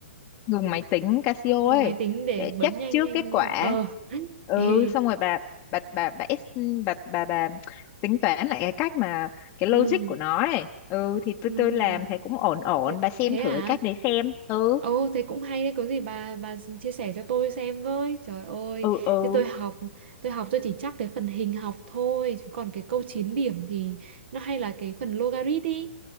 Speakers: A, on the left; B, on the right.
A: dùng máy tính Casio
B: Máy
A: ấy
B: tính để
A: để
B: bấm
A: check
B: nhanh
A: trước
B: nhanh
A: kết
B: đúng
A: quả
B: không? Ờ. <laughs>
A: ừ
B: Ê,
A: xong rồi bà bà bà bà bà bà, bà, bà tính toán lại cái cách mà cái
B: ừ,
A: logic của nó ấy ừ thì tôi
B: ừ.
A: tôi làm thấy cũng ổn ổn
B: Thế,
A: bà xem
B: thế à?
A: thử cái cách đấy xem ừ
B: Ồ, thế cũng hay đấy, có gì bà bà chia sẻ cho tôi xem với. Trời ơi,
A: ừ ừ
B: chứ tôi học, tôi học tôi chỉ chắc cái phần hình học thôi, chứ còn cái câu 9 điểm thì nó hay là cái phần logarit đi.